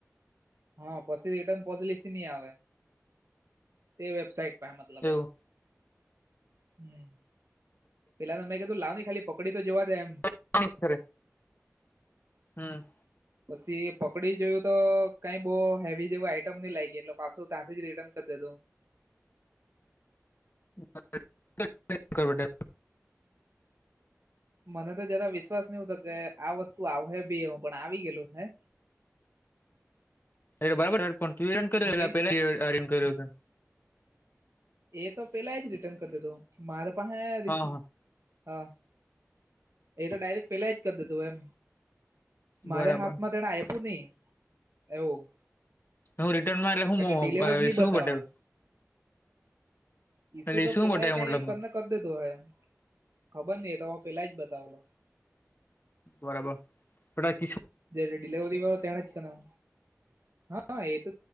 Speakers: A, on the right; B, on the left.
A: હા પછી રિટન પોછલસી નહી આવે. તે વેબસાઇટ મતલબ
B: એવું
A: એમ, હમ પેલા મેં કીધું લાવ ને ખાલી પકડી તો જોવા દે એમ.
B: <inaudible> હમ
A: પછી પકડી જોયું તો કઈ બહુ હેવી જેવું આઈટમ નહી લાગી, એટલે પાછું ત્યાંથી જ રિટર્ન કર દિધું.
B: <unintelligible>
A: મને તો જરા વિશ્વાસ નહતો કે આ વસ્તુ આવે ભી હું પણ આવી ગેલું હે.
B: એ બરાબર હ પણ તું હેરન કર
A: હું
B: એલા
A: કઈ
B: પેલા આ રન કર્યો.
A: એ તો પેલા જ રિટર્ન કર દેતો મારે પાહે રિસ
B: હા હા
A: હા એ તો ડાયરેક્ટ પેલા જ કર દિધું એમ. મારે
B: બરાબર
A: હાથમાં તેને આપ્યું નહી એવું.
B: હું રિટર્નમાં એટલે શું
A: ડિલિવર નહી બતાવે
B: મંગાવીયું?
A: ઈસુ
B: એલી
A: તો
B: શું
A: પેલા
B: બટે
A: એ કઈ
B: મતલબ?
A: કરીને કરી દેધું હય, ખબર નહ ત પેલા જ બતાવલો.
B: બરાબર એ કસું
A: જે ડિલવરી વાળો તેળે કરાઉ હા એ તો